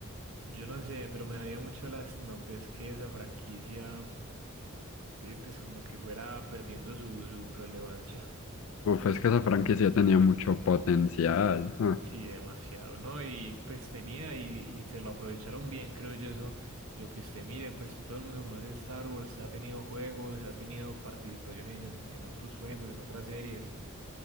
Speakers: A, on the right; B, on the left.
A: Yo no sé, pero me daría mucho lástima, pues, que esa franquicia, eh, pues, como que fuera perdiendo su, su relevancia.
B: uf, es que esa franquicia tenía mucho potencial. ah.
A: Sí, demasiado, ¿no? Y pues tenía y, y se lo aprovecharon bien, creo yo, eso. Lo que usted mire, pues todo el mundo conoce Star Wars, ha tenido juegos, ha tenido participación en, en en otros juegos, en otras series.